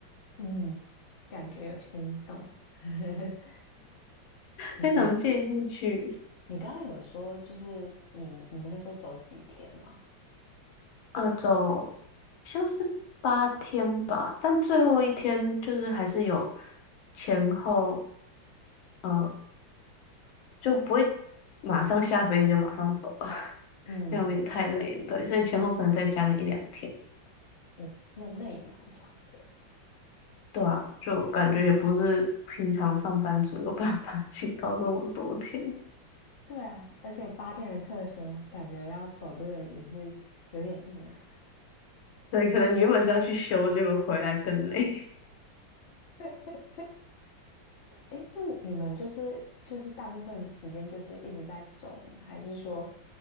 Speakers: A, on the left; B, on the left.
A: 嗯，感觉有心动。<laughs> 你你
B: 非常建议去
A: 你刚刚有说，就是你你们那时候走几天吗？
B: 啊走，像是八天吧，但最后一天就是还是有前后，呃，就不会马上下飞机就马上走了，<laughs>
A: 嗯，
B: 这样有点太累了，对，所以前后可能再加个一两天，
A: 哦，那那也蛮长的欸
B: 对啊，就感觉也不是平常上班族有办法 <laughs> 请到这么多天。
A: 对啊，而且八天的特休，感觉要走这个也是有点硬啊。
B: 对，可能你原本是要去修，结果回来更累。<laughs>
A: <laughs> 诶，那你们就是就是大部分时间就是一直在走呢，还是说，